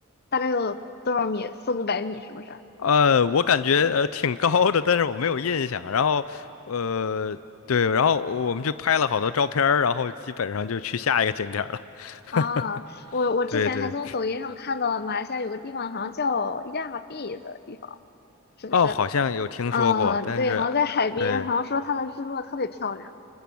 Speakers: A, on the left; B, on the left.
A: 大概有多少米？四五百米是不是？
B: 呃，我感觉呃挺高的，但是我没有印象。然后，呃，对，然后我们就拍了好多照片儿，然后基本上就去下一个景点儿了。
A: 啊，
B: <laughs>
A: 我我之前还从抖音上看到马来西亚有个地方好像叫亚庇的地方，
B: 对对，
A: 是不是？
B: 哦，好像有听说过，
A: 嗯，
B: 但是，
A: 对，好像在海边，
B: 对
A: 好像说它的日落特别漂亮。